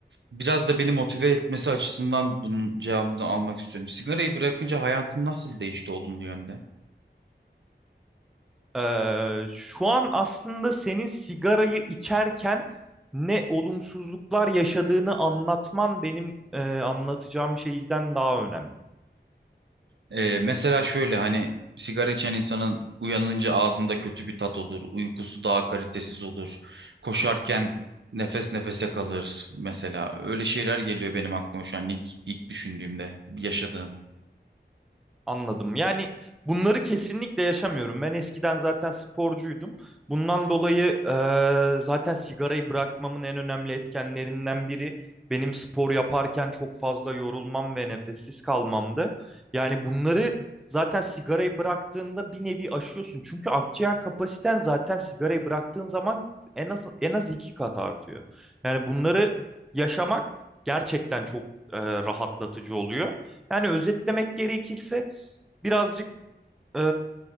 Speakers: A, on the right; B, in the centre.
A: biraz da beni motive etmesi açısından bunun cevabını almak istiyorum. Sigarayı bırakınca hayatın nasıl değişti olumlu yönde?
B: Ee, şu an aslında senin sigarayı içerken ne olumsuzluklar yaşadığını anlatman benim e, anlatacağım şeyden daha önemli.
A: Ee, mesela şöyle hani sigara içen insanın uyanınca ağzında kötü bir tat olur, uykusu daha kalitesiz olur, koşarken nefes nefese kalır mesela. Öyle şeyler geliyor benim aklıma şu an ilk, ilk düşündüğümde yaşadığım.
B: Anladım. Yani bunları kesinlikle yaşamıyorum. Ben eskiden zaten sporcuydum. Bundan dolayı e, zaten sigarayı bırakmamın en önemli etkenlerinden biri benim spor yaparken çok fazla yorulmam ve nefessiz kalmamdı. Yani bunları zaten sigarayı bıraktığında bir nevi aşıyorsun. Çünkü akciğer kapasiten zaten sigarayı bıraktığın zaman en az en az iki kat artıyor. Yani bunları yaşamak gerçekten çok e, rahatlatıcı oluyor. Yani özetlemek gerekirse birazcık e,